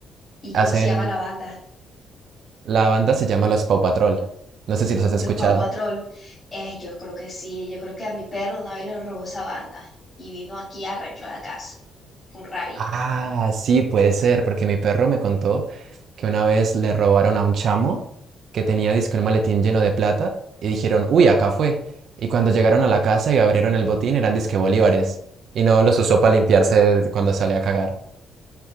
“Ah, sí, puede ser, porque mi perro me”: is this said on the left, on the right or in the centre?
Right